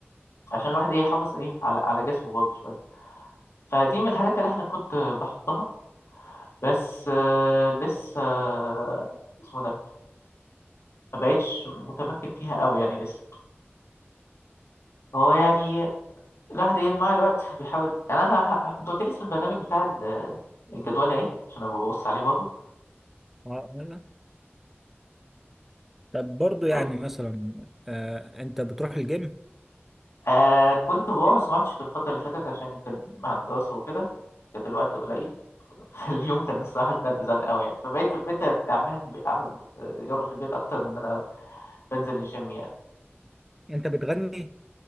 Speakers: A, on the left (about 85°); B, in the centre.
A: عشان الواحد ايه يحافظ ايه على على جسمه برضه شويه فدي من الحاجات اللي احنا كنت بحطها بس آه، لسه آه، اسمه ده ما بقتش متمكن فيها قوي يعني لسه هو يعني الواحد ايه مع الوقت بيحاول يعني انا ه... ه... انت قلت لي اسم البرنامج بتاع ال- الجدول ايه عشان ابقى ببص عليه برضه
B: اه لا طب برضو يعني
A: قلت-
B: مثلا آه، انت بتروح الجيم
A: آه كنت بروح بس ما عدتش في الفترة اللي فاتت عشان كان مع الدراسة وكده كانت الوقت قليل <laughs> اليوم كان الصراحة زنق زنق قوي يعني فبقيت بقيت أعملها في البيت أعمل آه، رياضة في البيت أكتر من إن أنا بنزل الجيم يعني
B: انت بتغني